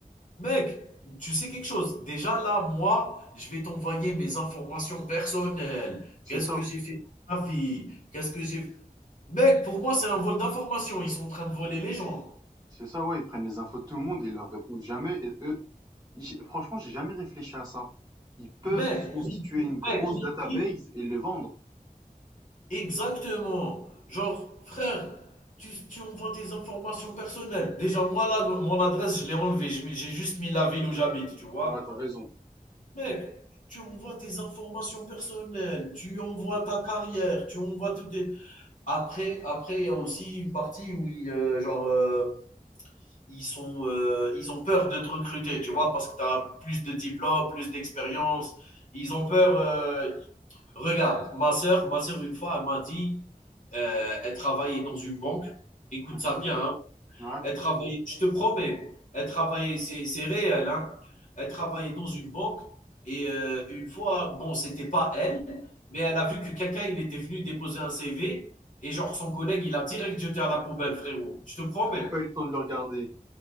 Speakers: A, on the left; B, on the right.
A: Mec, tu sais quelque chose? Déjà là, moi, je vais t'envoyer mes informations personnelles.
B: C'est
A: Qu'est-ce
B: ça.
A: que j'ai fait dans ma vie? Qu'est-ce que j'ai Mec, pour moi, c'est un vol d'informations. Ils sont en train de voler les gens.
B: C'est ça, ouais, ils prennent les infos de tout le monde et ils leur répondent jamais. Et eux, j'ai- franchement, j'ai jamais réfléchi à ça. Ils peuvent
A: Mec,
B: se constituer
A: LinkedIn,
B: une grosse
A: mec, LinkedIn,
B: database et le vendre.
A: exactement. Genre, frère, tu, tu envoies tes informations personnelles. Déjà, moi, là, le- mon adresse, je l'ai enlevée. Je mets- J'ai juste mis la ville où j'habite, tu vois.
B: Ouais, t'as raison.
A: Mec, tu envoies tes informations personnelles, tu envoies ta carrière, tu envoies tout tes... Après, après, il y a aussi une partie où ils, euh, genre, euh, ils, sont, euh, ils ont peur de te recruter, tu vois, parce que tu as plus de diplômes, plus d'expérience. Ils ont peur. euh, Regarde, ma sœur, ma sœur, une fois, elle m'a dit, euh, elle travaillait dans une banque. Écoute
B: Mhm,
A: ça bien, hein,
B: ouais.
A: elle travaillait, je te promets, elle travaillait, c'est c'est réel, hein. Elle travaillait dans une banque et euh, une fois, bon, c'était pas elle, mais elle a vu que quelqu'un, il était venu déposer un CV et genre son collègue, il a direct jeté à la poubelle, frérot. Je te promets.
B: Il a même pas eu le temps de le regarder.